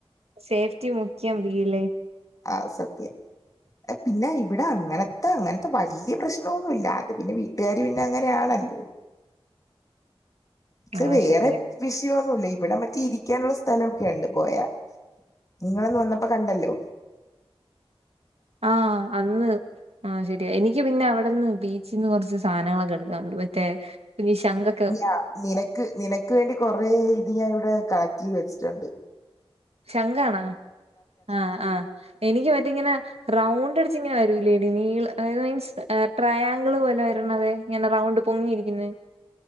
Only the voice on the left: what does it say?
ആഹ് സത്യം പിന്നെ ഇവടെ അങ്ങനത്തെ അങ്ങനത്തെ വല്ല്യേ പ്രശ്നൊന്നുല്ല അത് പിന്നെ വീട്ട്കാര് പിന്നെ അങ്ങനെ ആണല്ലോ ക്ഷെ
വേറെ
വിഷയൊന്നുല്ല ഇവിടെ മറ്റേ ഇരിക്കാനുള്ള സ്ഥലോക്കെയുണ്ട് പോയാ നിങ്ങളന്ന് വന്നപ്പോ കണ്ടല്ലോ
യ്യാ നിനക്ക് നിനക്ക് വേണ്ടി കൊറെ ഇത് ഞാൻ ഇവിടെ കളക്റ്റ് ചെയ്ത് വെച്ചിട്ട്ണ്ട്